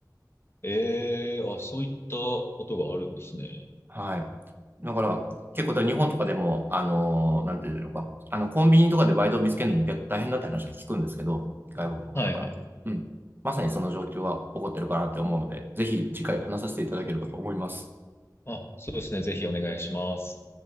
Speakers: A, on the left; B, on the right.
A: ええー、あ、そういったことがあるんですね。
B: はい。だから、結構だから日本とかでも、あのーなんていうのか、あの、コンビニとかでバイトを見つけるのも結構大変だって話は聞くんですけど、外国の方から。
A: はいはい。
B: うん。まさにその状況は起こってるかなって思うので、ぜひ次回話させていただければと思います。
A: あ、そうですね。ぜひお願いします。